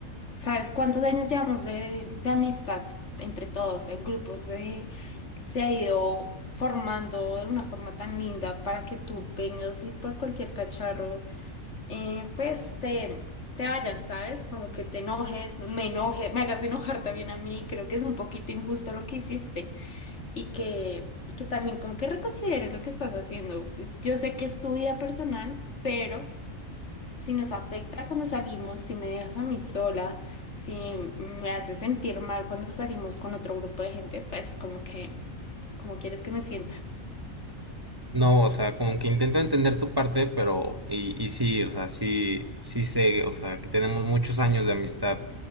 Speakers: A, on the left (about 55°); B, on the right (about 15°).
A: ¿Sabes cuántos años llevamos de, de amistad entre todos? El grupo se, se ha ido formando de una forma tan linda para que tú vengas y por cualquier cacharro, eh, pues te, te vayas, ¿sabes? Como que te enojes, me enoje, me hagas enojar también a mí. Creo que es un poquito injusto lo que hiciste y que, y que también como que reconsideres lo que estás haciendo. Pues, Yo sé que es tu vida personal, pero si nos afecta cuando salimos, si me dejas a mí sola, si me hace sentir mal cuando salimos con otro grupo de gente, pues como que, como quieres que me sienta.
B: No, o sea, como que intento entender tu parte, pero, y, y sí, o sea, sí, sí sé, o sea, que tenemos muchos años de amistad,